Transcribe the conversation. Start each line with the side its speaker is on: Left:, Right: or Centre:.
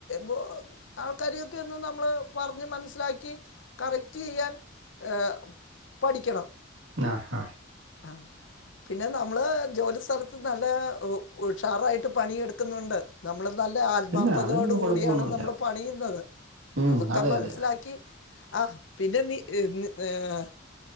Left: ദ് ആൾക്കാരെയൊക്കെന്ന് നമ്മള് പറഞ്ഞ് മനസ്സിലാക്കി കറക്റ്റ് ചെയ്യാൻ ഏ പഠിക്കണം
Right: ആ ഹ
Left: ആ പിന്നെ നമ്മള് ജോലിസലത്ത് നല്ലാ ഉ ഉഷാറായിട്ട് പണിയെടുക്കുന്നുണ്ട് നമ്മള് നല്ല ആൽമാർത്ഥതയോട്
Right: പിന്നെ അതിനൊന്നും കുഴപ്പമൊന്നുമില്ല
Left: കൂടിയാണ് നമ്മൾ പണിയുന്നത്
Right: ഉം
Left: അതൊക്കെ
Right: അതെ
Left: മനസ്സിലാക്കി
Right: അതെ
Left: ആ പിന്നെ നീ എം ഏ ആ